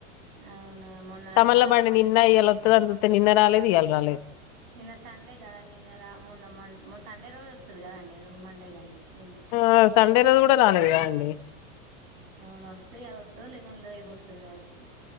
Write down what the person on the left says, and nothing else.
సమల్ల
బండి
నిన్న ఇళ వాతదని జూతే నిన్న రాలేదు ఇయాల రాలేదు.
ఆ సండే రోజ కూడా రాలేదు గాండి.